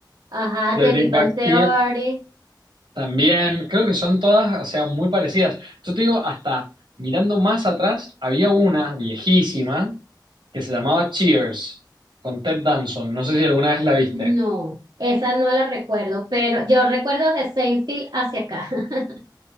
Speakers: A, on the right; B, on the right.
A: ajá,
B: The
A: The
B: Big
A: Big Bang
B: Bang
A: Theory,
B: Theory, también, creo que son todas, o sea, muy parecidas. Yo te digo, hasta mirando más atrás, había una viejísima que se llamaba Cheers, con Ted Danson. No sé si alguna vez la viste.
A: no, esa no la recuerdo, pero yo recuerdo de Seinfeld hacia acá. <laughs>